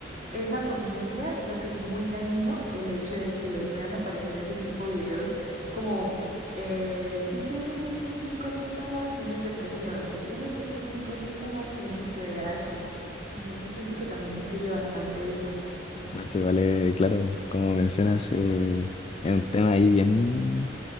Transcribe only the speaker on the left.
No sé, vale, claro, como mencionas, eh, es un tema ahí bien,